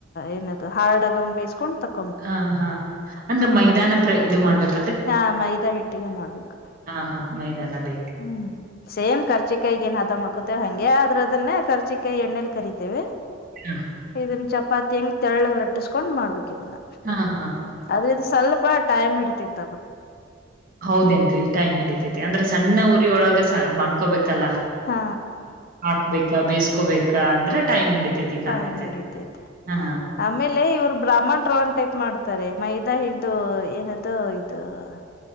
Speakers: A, on the left (about 50°); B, on the right (about 45°).
A: ಏನದು ಹಾರ್ಡ್ ಆಗಂಗ ಬೇಿಸಸ್ಕೊಂಡು ತಕ್ಕ
B: ಹಾ ಹಾ ಅಂದ್ರೆ ಮೈದಾನ ಪ್ರ ಇದು ಮಾಡ್ಬೇಕು
A: ಹಾ ಮೈದಾ ಹಿಟ್ಟಿಗೆ ಮಾಡ್ಬೇಕು
B: ಹಾ ಹಾ ಮೈದಾನ ಬೇಕೆ
A: ಹ್ಮ್ ಸೇಮ್ ಕರ್ಚಿಕಾಯಿ ಏನು ಹದ ಮಾಡ್ಕೊತೇವ ಹಂಗೆ ಅದ್ರ ಅದನ್ನೇ ಕರ್ಜಿಕಾಯಿ ಎಣ್ಣೆಲ್ ಕರಿತೇವಿ
B: ಹಾ
A: ಇದನ್ ಚಪಾತಿ ಹೆಂಗ್ ತೆಳ್ಳಳಗ್ ಅಟ್ಟಸ್ಕೊಂಡ್ ಮಾಡ್ಬೇಕು ಇದನ್ನ
B: ಹಾ ಹಾ
A: ಆದ್ರೆ ಇದು ಸ್ವಲ್ಪ ಟೈಮ್ ಇಡತಿತ್ತು
B: ಹೌದೇನ್ರರಿ ಟೈಮ್ ಹಿಡಿತೈತಿ ಅಂದ್ರೆ ಸಣ್ಣ
A: ಹ್ಮ್
B: ಪುರಿ ಒಳಗೆ ಮಾಡ್ಕೋಬೇಕಲ್ಲ
A: ಹಾ
B: ಹಾಕ್ಬೇಕ ಬೇಸ್ಕೋಬೇಕ ಅಂದ್ರೆ ಟೈಮ್ ಹಿಡಿತೇತಿ ಕಾಣಂತೇತಿ
A: ಟೈಮ್ ಹಿಡಿತೈತಿ
B: ಹಾ
A: ಆಮೇಲೆ ಇವ್ರು ಬ್ರಾಹ್ಮಣ್ ರೋನ ಟೈಪ್ ಮಾಡ್ತಾರೆ ಮೈದಾ ಹಿಡಿದು ಏನದು ಇದು ಹ